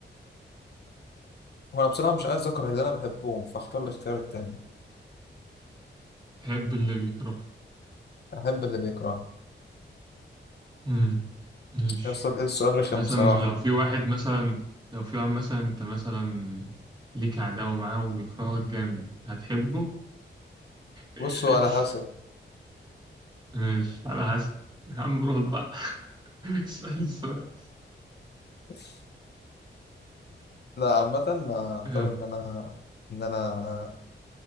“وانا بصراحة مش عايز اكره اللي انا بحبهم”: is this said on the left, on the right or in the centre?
Left